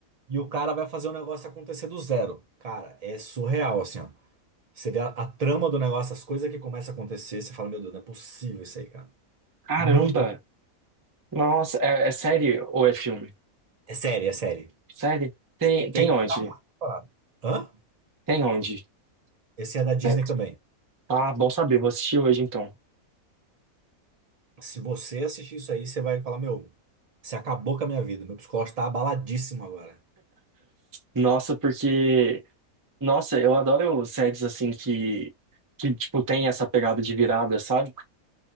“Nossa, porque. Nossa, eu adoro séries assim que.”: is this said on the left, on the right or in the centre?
Right